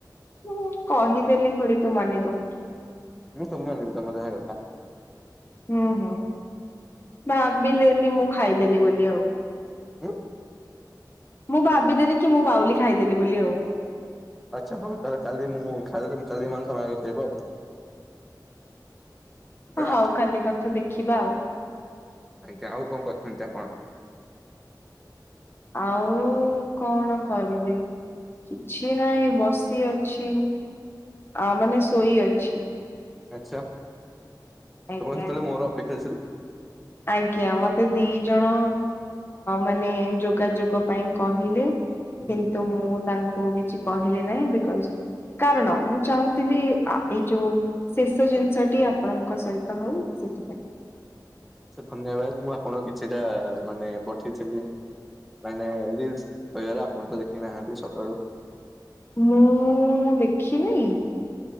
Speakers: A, on the left; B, in the centre.
A: ହଁ କହିଦେଲି ଥୋଡ଼ି ତୁ ମାନି ଦେବୁ।
B: ମୁଁ ସବୁ ମାନିବି ତୁମ ଯାହା କଥା।
A: ହୁଁ ହୁଁ ଭାବିଲେ ମୁଁ ଖାଇଦେଲି ବୋଲି ଆଉ।
B: ହଉ।
A: ମୁଁ ଭାବିଦେଲି କି ମୁଁ ବାଉଲି ଖାଇଦେଲି ବୋଲି ଆଉ।
B: ଆଚ୍ଛା ହଉ ତାହେ କାଲି ମୁଁ ଖାଇଦଲେ କାଲି ମାଂସ ଖାଇବ ଆଉ। ହେଲା
A: ହଉ କାଲି କଥା ଦେଖିବା ଆଉ।
B: ଆଜ୍ଞା ଆଉ କଣ କରିଥାନ୍ତି ଚାଖଣ।
A: ଆଉ କଣ କରିବି। ଅଛି ନାଇଁ ବସି ଅଛି ଆ ମାନେ ଶୋଇ ଅଛି।
B: ଆଚ୍ଛା। ତମର
A: ଆଜ୍ଞା
B: ଯତେବେଳେ ମୋର ଅପେକ୍ଷା ଥିଲା।
A: ଆଜ୍ଞା ମତେ ଦି ଜଣ ମାନେ ଯୋଗାଯୋଗ ପାଇଁ କହିଲେ। କିନ୍ତୁ
B: ହୁଁ।
A: ମୁଁ ତାଙ୍କୁ କିଛି କହିଲି ନାହିଁ ବିକଜ। କାରଣ ମୁଁ ଚାହୁଁଥିଲି ଏଇ ଯୋଉ। ଶେଷ ଜିନିଷଟି ଆପଣଙ୍କ ସହିତ ହଉ ସେଥିପାଇଁ।
B: ସାର ଧନ୍ୟବାଦ ମୁଁ ଆପଣଙ୍କ କିଛିଟା ମାନେ ପଠେଇଥିଲି। ମାନେ ରିଲସ କିବାରେ ଆପଣ ତ ଦେଖି ନାହାନ୍ତି ସକାଳୁ।
A: ମୁଁ ଦେଖିନେଇ।